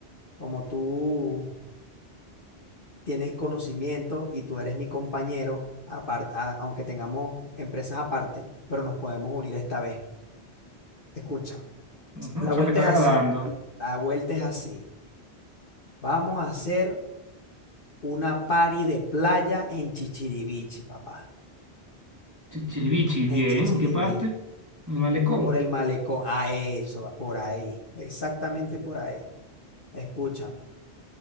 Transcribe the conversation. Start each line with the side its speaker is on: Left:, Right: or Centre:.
Left: como tú tienes conocimiento y tú eres mi compañero, apar- a- aunque tengamos empresas aparte, pero nos podemos unir esta vez. Escucha,
Right: ujú,
Left: la
Right: eso
Left: vuelta
Right: me está
Left: es
Right: agradando.
Left: así, la vuelta es así. Vamos a hacer una party de playa en Chichiriviche, papá,
Right: Chichiribichi,
Left: en
Right: bien,
Left: Chichiriviche,
Right: ¿qué parte? Malecón.
Left: por el malecón, a eso, va, por ahí, exactamente por ahí. Escúchame.